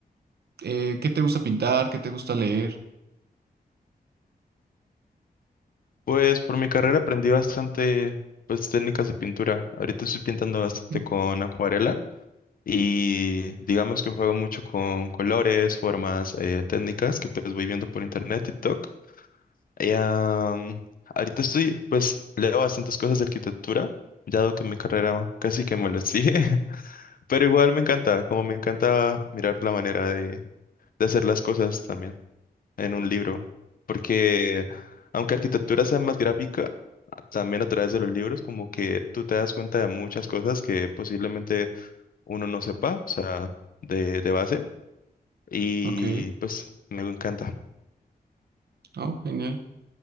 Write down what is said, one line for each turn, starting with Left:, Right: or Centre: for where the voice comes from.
Right: Eh, ¿qué te gusta pintar? ¿Qué te gusta leer?
Left: Pues por mi carrera aprendí bastante pues técnicas de pintura. Ahorita estoy pintando bastante
Right: ¿Mm?
Left: con acuarela. Y digamos que juego mucho con colores, formas, eh, técnicas que pues voy viendo por internet, TikTok. Y, am, ahorita estoy, pues leo bastantes cosas de arquitectura, dado que mi carrera casi que me lo sigue. <laughs> Pero igual me encanta, como me encanta mirar la manera de, de hacer las cosas también en un libro. Porque aunque arquitectura sea más gráfica, también a través de los libros, como que tú te das cuenta de muchas cosas que posiblemente uno no sepa, o sea, de, de base. Y
Right: Ok,
Left: pues me encanta.
Right: oh, genial.